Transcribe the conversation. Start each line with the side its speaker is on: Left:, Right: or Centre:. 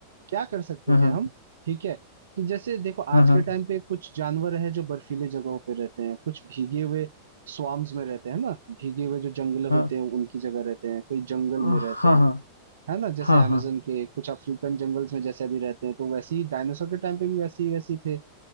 Right: क्या कर सकते
Left: हाँ हाँ
Right: थे हम ठीक है कि जैसे देखो
Left: हाँ
Right: आज
Left: हाँ
Right: के टाइम पे कुछ जानवर है जो बर्फीले जगहों पे रहते हैं कुछ भीगे हुए स्वाम्स में रहते हैं ना भीगे हुए जो जंगल
Left: हाँ
Right: होते हैं उनकी जगह रहते हैं कोई जंगल
Left: हाँ
Right: में रहते हैं
Left: हाँ
Right: है ना जैसे
Left: हाँ
Right: amazon
Left: हाँ
Right: के कुछ अफ्रीकन जंगल्स में जैसे अभी रहते हैं तो वैसे ही डायनासोर के टाइम पे भी वैसे ही वैसे ही थे